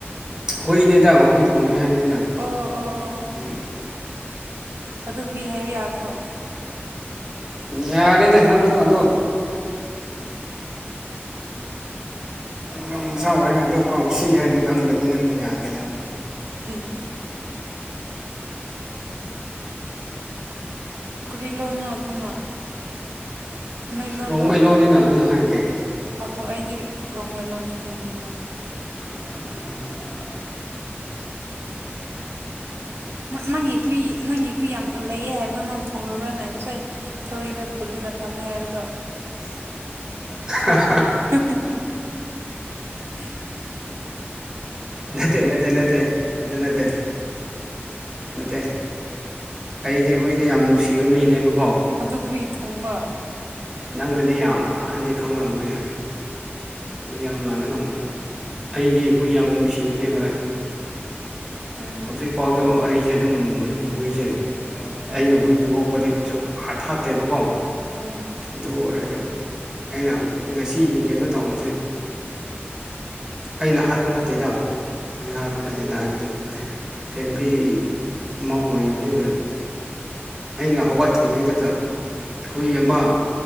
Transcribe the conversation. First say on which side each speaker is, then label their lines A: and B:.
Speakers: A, on the right; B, on the right.
A: ꯍꯨꯏꯅꯦꯗꯪ ꯍꯨꯏ ꯊꯣꯡꯉꯦ ꯍꯥꯏꯕꯅꯤꯗꯪ
B: ꯑꯣ ꯑꯣ ꯑꯣ ꯑꯣ
A: ꯎ
B: ꯑꯗꯨ ꯍꯨꯏ ꯍꯥꯏꯕ ꯌꯥꯗ꯭ꯔꯣ
A: ꯌꯥꯔꯦꯗ ꯅ ꯅꯪꯁꯨ ꯑꯗꯣ ꯌ ꯆꯥꯎꯋꯔꯒ ꯑꯗꯨꯐꯥꯎ ꯁꯤ ꯍꯥꯏꯔꯗꯤ ꯈꯪꯗ꯭ꯔꯗꯤ ꯅꯪꯁꯨ ꯌꯥꯔꯣꯏꯗ
B: ꯍꯝ ꯀꯔꯤ ꯂꯣꯅ ꯑꯗꯨꯅ ꯅꯣꯏ ꯂꯣꯟ꯭ꯔ
A: ꯔꯣꯡꯃꯩꯂꯣꯟꯅꯤꯅ ꯑꯩꯅ ꯍꯥꯏꯕꯗꯤ
B: ꯑꯗꯨꯗ ꯑꯩꯗꯤ ꯔꯣꯡꯃꯣꯏ ꯂꯣꯟ ꯆ ꯐꯝꯗ
A: ꯎꯝ
B: ꯅꯪꯒꯤ ꯍꯨꯏ ꯅꯪꯒꯤ ꯍꯨꯏ ꯌꯥꯝ ꯂꯩꯑ ꯍꯥꯏꯕꯗꯅ ꯅꯪ ꯊꯣꯡꯉꯔꯨꯔꯅꯦ ꯉꯁꯥꯏ ꯊꯣꯔꯅ ꯄꯨꯜꯂ ꯆ ꯊꯝꯃꯦ ꯍꯥꯏꯔꯗꯣ
A: <unintelligible> <unintelligible>
B: <unintelligible>
A: ꯅꯠꯇꯦ ꯅꯠꯇꯦ ꯅꯠꯇꯦ ꯑꯗꯨ ꯅꯠꯇꯦ ꯅꯠꯇꯦ ꯑꯩꯗꯤ ꯑꯩꯈꯣꯏꯗꯤ ꯌꯥꯝ ꯅꯨꯡꯁꯤꯕ ꯃꯤꯅꯦꯕ
B: ꯑꯗꯨꯔꯤ ꯊꯣꯡꯕ
A: ꯅꯪꯅꯗꯤ ꯌꯥꯝ ꯂꯥꯅꯗꯤ ꯈꯪꯂꯝꯝꯃꯣꯏ ꯍꯥꯏꯏ ꯌꯥꯝ ꯂꯥꯟꯅ ꯑꯩꯗꯤ ꯍꯨꯏ ꯌꯥꯝ ꯅꯨꯡꯁꯤꯕꯅꯦꯕ
B: ꯎꯝ
A: ꯍꯧꯖꯤꯛ ꯐꯥꯎꯁꯨ ꯑꯩꯁꯦ ꯑꯗꯨꯝ ꯑꯗꯨꯝ ꯍꯨꯏꯖꯩ
B: ꯑꯥ
A: ꯑꯩꯅ ꯍꯨꯏꯗꯣꯛꯄꯗꯤ ꯑꯨꯝ ꯍꯥꯠ ꯊꯥꯠꯇꯦꯕꯀꯣ
B: ꯎꯝ
A: ꯑꯗꯨ ꯑꯣꯏꯔꯁꯨ ꯑꯩꯅ ꯉꯁꯤꯒꯤ ꯀꯩꯅꯣ ꯇꯧꯕꯁꯦ ꯑꯩꯅ ꯍꯥꯠꯄ ꯅꯠꯇꯦꯗ ꯑꯩꯅ ꯍꯥꯠꯄ ꯅꯠꯇꯦꯗ ꯍꯥꯏꯕꯗꯤ ꯐꯦꯂꯤ ꯑꯃ ꯑꯣꯏꯌꯦꯕꯅꯤꯅ ꯑꯩꯅ ꯍꯧꯒꯠꯇ꯭ꯔꯤꯉꯩꯗꯨꯗ ꯍꯨꯏ ꯑꯃ